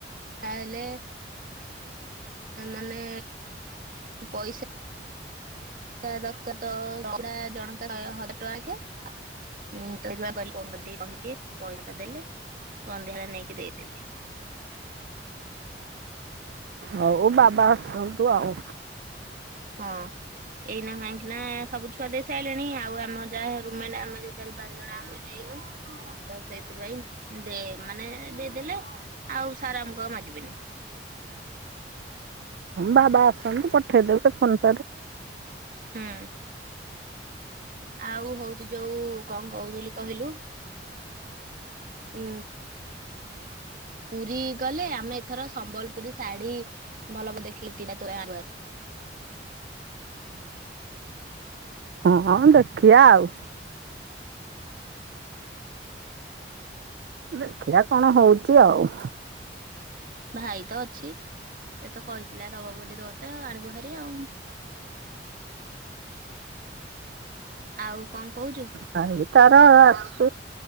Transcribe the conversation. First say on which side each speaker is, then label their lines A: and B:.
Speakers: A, on the right (about 50°); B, on the right (about 65°).
A: ହେଲେ ମାନେ ପଇସା ଦରକାର ତ ପୁରା ଜଣକା ଶହେ ହଜାର ଟଙ୍କା ଲାଖେ ତ ସେଇଥି ପାଇଁ କହିଲି ଫୋନ୍ କରିକି କହିଦିଏ ପଇସା ଟା ଦେଲେ ସନ୍ଧ୍ୟା ହେଲେ ନେଇକି ଦେଇଦେବି।
B: ହଉ ବାବା ଆସନ୍ତୁ ଆଉ।
A: ହଁ ଏଇନା କାହିଁକି ନା ସବୁ ଛୁଆ ଦେଇସା ରିଲେଣି ଆଉ ଆମ ଯାହା ରୁମିନା ଆମେ ଯୋଉ ଚାରି ପାଞ୍ଚ ଜଣ ଆମେ ଦେଇନୁ ତ ସେଇଥିପାଇଁ ମାନେ ଦେଇଦେଲେ ଆଉ ସାର ଆମକୁ ଆଉ ମାଗିବେନି।
B: ବାବା ଆସନ୍ତୁ ପଠେଇଦେବବେ ତ ଫୋନ <inaudible>
A: ହୁଁ ଆଉ ହଉଛି ଯୋଉ କଣ କହୁ ଥିଲି କହିଲୁ। ହୁଁ ପୁରୀ ଗଲେ ଆମେ ଏଥର ସମ୍ବଲପୁରୀ ଶାଢୀ ଭଲ ଭ ଦେଖିକ ତୋ ପାଇଁ ଆଗୁଆ।
B: ହଁ ଦେଖଆ ଆଉ ଦେଖିବା କଣ ହଉଛି ଆଉ।
A: ଭାଇ ତ ଅଛି ସେ ତ କହିଥିଲା ଦବ ବୋଲି ତ ଆଣିବୁହାରି ଆଉ ଆଉ କଣ କହୁଛୁ?
B: ଭାଇ ତାର ଆସୁ